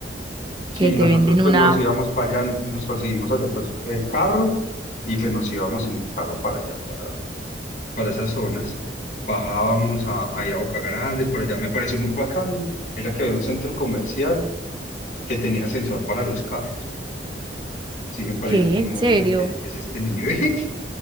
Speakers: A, on the left; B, on the right.
A: Sí,
B: Que te
A: nosotros
B: venden
A: pues
B: una...
A: nos íbamos para allá, nos conseguimos allá pues eh, carro y pues nos íbamos en el carro para allá, para, para esas zonas. Bajábamos a, ahí a Boca Grande, por allá me pareció muy bacano. Era que había un centro comercial que tenía sensor para los carros. Sí, me pareció
B: ¿Qué?
A: como,
B: ¿En serio?
A: uy, ¿qué, qué es este nivel? <laughs>